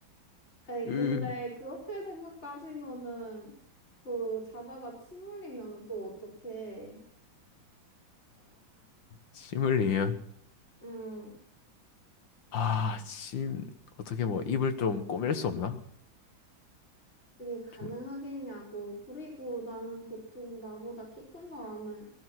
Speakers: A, on the left (about 30°); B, on the left (about 70°).
A: 에이, 근데
B: 으아
A: 그렇게 생각 따지면은, 그, 자다가 침 흘리면은 또 어떡해.
B: 침 흘리면
A: 응.
B: 아침 어떻게 뭐 입을 좀 꼬맬 수 없나?
A: 그게 가능하겠냐고.
B: 좀
A: 그리고 나는 보통 나보다 키 큰 사람을